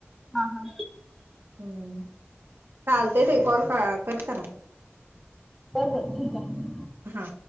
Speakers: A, in the centre; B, on the right.
A: हा हा
B: हम्म चालतय ते कॉल कट करा
A: बर बर ठीक हाय.
B: हा